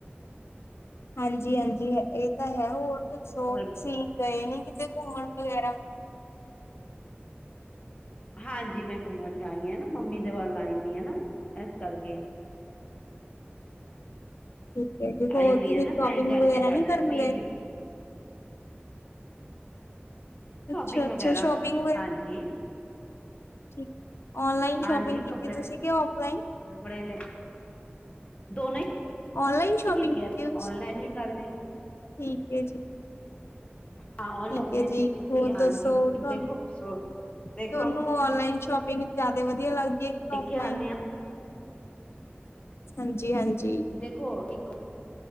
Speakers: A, on the left (about 85°); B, on the left (about 30°).
A: ਹਾਂਜੀ -ਹਾਂਜੀ ਇਹ ਤਾਂ ਹੈ ਹੋਰ ਦੱਸੋ
B: ਔਰ
A: ਤੁਸੀਂ ਗਏ ਨੀ ਕਿਤੇ ਘੁੰਮਣ ਵਗੈਰਾ।
B: ਹਾਂਜੀ ਮੈਂ ਘੁੰਮਣ ਆਈ ਹਾਂ ਨਾ ਮੰਮੀ ਦੇ ਵੱਲ ਆਈ ਹੋਈ ਹੈ ਨਾ ਇਸ ਕਰਕੇ।
A: ਠੀਕ ਹੈ ਜੀ ਹੋਰ
B: ਆਈ ਹੋਈ
A: ਤੁਸੀਂ
B: ਆ ਨਾ
A: ਸ਼ੋਪਿੰਗ
B: ਤਾਂ ਕਰਕੇ
A: ਵਗੈਰਾ
B: ਤੁਹਾਡੇ
A: ਨੀ ਕਰਨ
B: ਨਾਲ ਬਿਜੀ
A: ਗਏ? ਅੱਛਾ
B: ਸ਼ੋਪਿੰਗ
A: -ਅੱਛਾ
B: ਵਗੈਰਾ
A: ਸ਼ੋਪਿੰਗ ਵਗੈਰਾ
B: ਹਾਂਜੀ
A: ਠੀਕ। ਔਨਲਾਈਨ
B: ਹਾਂਜੀ
A: ਸ਼ੋਪਿੰਗ ਕੀਤੀ
B: ਕੱਪੜੇ
A: ਤੁਸੀਂ ਕਿ ਔਫਲਾਈਨ?
B: ਕੱਪੜੇ ਲਏ ਦੋਨੋ ਹੀ।
A: ਔਨਲਾਈਨ ਸ਼ੋਪਿੰਗ
B: ਕੀਤੀ
A: ਹੈ ਤੁਸੀਂ
B: ਔਨਲਾਈਨ ਵੀ ਕਰਲੀ।
A: ਠੀਕ ਏ ਜੀ।
B: ਹਾਂ ਔਨ
A: ਠੀਕ
B: ਔਫਲਾਈਨ
A: ਹੈ ਜੀ
B: ਵੀ ਕੀਤੀ
A: ਹੋਰ
B: ਹੈ ਹਾਂਜੀ
A: ਦੱਸੋ
B: ਕਿਉਂਕਿ
A: ਤੁਹਾਨੂੰ
B: ਦੇਖੋ
A: ਤੁਹਾਨੂੰ
B: ਦੇਖੋ
A: ਔਨਲਾਈਨ ਸ਼ੋਪਿੰਗ ਜ਼ਿਆਦਾ ਵਧੀਆ ਲੱਗਦੀ ਹੈ ਕਿ
B: ਦੇਖੇ
A: ਔਫਲਾਈਨ?
B: ਆਨੇ ਆ
A: ਹਾਂਜੀ -ਹਾਂਜੀ।
B: ਦੇਖੋ ਇੱਕ